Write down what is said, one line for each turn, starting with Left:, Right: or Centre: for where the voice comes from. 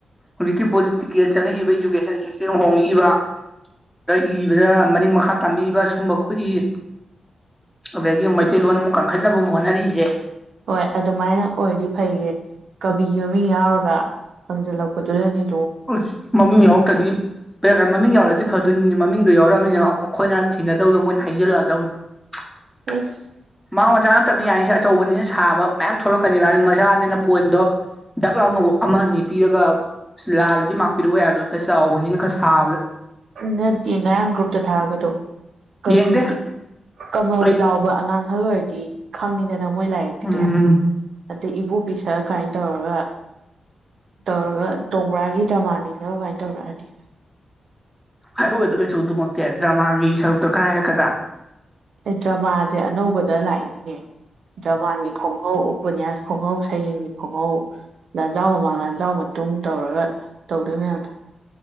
Centre: ꯍꯧꯖꯤꯛꯀꯤ ꯄꯣꯂꯤꯇꯤꯀꯦꯜ ꯆꯪꯉꯛꯏꯕ ꯏꯗꯨꯨꯀꯦꯁꯟ ꯁꯤꯁꯇꯦꯝ ꯍꯣꯡꯉꯛꯏꯕ꯫ ꯗ ꯏꯕꯗ ꯃꯅꯤꯡ ꯃꯈꯥ ꯇꯝꯕꯤꯕ ꯁꯨꯝꯕ ꯈꯣꯠꯏ꯫ ꯑꯗꯒꯤ ꯑꯃꯨꯛ ꯃꯩꯇꯩꯂꯣꯟ ꯑꯃꯨꯛ ꯀꯈꯠꯅꯕ ꯑꯃ ꯍꯣꯠꯅꯔꯛꯏꯁꯦ꯫
Right: ꯍꯣꯏ ꯑꯗꯨꯃꯥꯏꯅ ꯑꯣꯏꯔꯗꯤ ꯐꯩꯌꯦ ꯀꯕꯤꯒꯤ ꯃꯃꯤꯡ ꯌꯥꯎꯔꯒ ꯍꯪꯖꯜꯂꯛꯄꯗꯨꯗꯅꯤ꯫
Centre: ꯎꯁꯁ ꯃꯃꯤꯡ ꯌꯥꯎꯔꯛꯇ꯭ꯔꯗꯤ꯫ ꯕꯦꯔ ꯀꯥꯏ ꯃꯃꯤꯡ ꯌꯥꯎꯔꯛꯑꯗꯤ ꯐꯗꯣꯏꯅꯤ ꯃꯃꯤꯡꯗꯣ ꯌꯥꯎꯔꯑꯕꯅꯤꯅ ꯃꯈꯣꯏꯅ ꯊꯤꯅꯗꯧꯗꯣ ꯃꯣꯏꯅ ꯍꯩꯖꯜꯂꯛꯑꯗꯧꯅꯤ꯫ <inaudible>
Right: ꯑꯁ꯫
Centre: ꯃꯥꯡ ꯃꯆꯥꯅ ꯇꯞꯅ ꯌꯥꯅꯤꯁꯦ ꯑꯆꯧꯕꯅꯤꯅ ꯁꯥꯕ ꯃꯌꯥꯝ ꯊꯣꯛꯂꯛꯀꯅꯤꯕ ꯃꯆꯥꯅꯤꯅ ꯄꯣꯏꯟꯗꯣ ꯗꯥꯛ ꯂꯥꯎꯅ ꯑꯃ ꯑꯅꯤ ꯄꯤꯔꯒ꯫ ꯂꯥꯜꯂꯗꯤ ꯃꯥꯛꯄꯤꯔꯛꯑꯣ ꯌꯥꯕꯗꯣ ꯅꯠꯇ ꯆꯥꯎꯕꯅꯤꯅ ꯈꯔ ꯁꯥꯕꯗ꯫
Right: ꯅꯠꯇꯦ ꯉꯔꯥꯡ ꯒ꯭ꯔꯨꯞꯇ ꯊꯥꯔꯛꯄꯗꯣ ꯀꯕꯤ
Centre: ꯌꯦꯡꯗꯦ
Right: ꯀꯃꯜ
Centre: ꯑꯩ
Right: ꯆꯥꯎꯕ ꯕ ꯑꯉꯥꯡ ꯑꯍꯜ ꯑꯣꯏꯔꯗꯤ ꯈꯪꯉꯤꯗꯅ ꯃꯣꯏ ꯂꯥꯏꯔꯤꯛꯇꯨꯗꯤ꯫
Centre: ꯎꯝ
Right: ꯑꯗꯩ ꯏꯕꯣꯄꯤ ꯁꯛ ꯀꯥꯏꯅ ꯇꯧꯔꯒ꯫ ꯇꯧꯔꯒ ꯇꯣꯡꯕ꯭ꯔꯥꯒꯤ ꯗꯃꯥꯟꯅꯤꯅ ꯀꯃꯥꯏꯅ ꯇꯧꯔꯛꯑꯗꯤ꯫
Centre: ꯍꯥꯏꯔꯑꯣꯗ ꯀꯩꯁꯨ ꯑꯗꯨꯃꯛꯇꯤ ꯗ꯭ꯔꯃꯥꯒꯤ ꯁꯔꯨꯛꯇ ꯈꯔ ꯍꯥꯏꯔꯛꯀꯗ꯭ꯔꯥ꯫
Right: ꯑꯦ ꯗ꯭ꯔꯃꯥꯁꯦ ꯑꯅꯧꯕꯗ ꯂꯥꯛꯏꯅꯤꯅꯦ꯫ ꯗ꯭ꯔꯃꯥꯒꯤ ꯈꯨꯡꯉꯧ ꯎꯄꯟ꯭ꯌꯥꯁ ꯈꯣꯡꯉꯧ ꯁꯩꯔꯦꯡꯒꯤ ꯈꯣꯡꯉꯧ꯫ ꯂꯟꯖꯥꯎ ꯃꯃꯥꯡ ꯂꯟꯖꯥꯎ ꯃꯇꯨꯡ ꯇꯧꯔꯒ ꯇꯧꯗꯣꯏ ꯃꯌꯥꯝꯗꯣ꯫